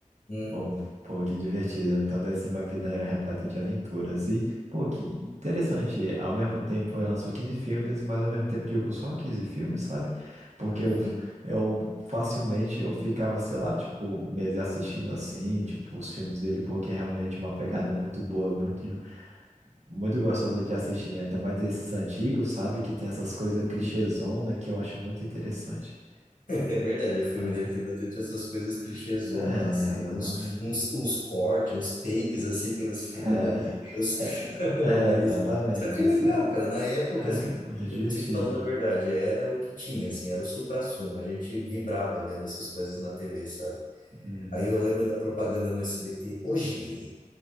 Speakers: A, on the left; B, on the right.
A: Uhum,
B: Bom, pô, que divertido. Então deve ser uma vida repleta de aventuras. E, pô, que interessante. Ao mesmo tempo, ele lançou 15 filmes, mas ao mesmo tempo, digo, só 15 filmes, sabe? Porque
A: uhum,
B: eu, eu facilmente eu ficava, sei lá, tipo, meses assistindo assim, tipo, os filmes dele, porque é realmente uma pegada muito boa, muito, muito gostosa de assistir. Ainda mais esses antigos, sabe? Que tem essas coisas
A: uhum.
B: clichêzona que eu acho muito interessante.
A: É verdade, o filme
B: Aham.
A: dele tem bastante essas coisas clichêzonas,
B: É,
A: assim,
B: exatamente.
A: uns, uns, uns cortes, uns takes, assim, que você fica,
B: É,
A: meu Deus. <laughs>
B: é,
A: Mas,
B: é, exatamente,
A: só que é
B: isso
A: legal,
B: é,
A: cara. Na época,
B: é
A: assim,
B: muito
A: tipo,
B: divertido.
A: te falando a verdade, era o que tinha, assim, era o suprassumo. A gente vibrava vendo essas coisas na TV, sabe?
B: Uhum.
A: Aí eu lembro da propaganda no SBT, hoje,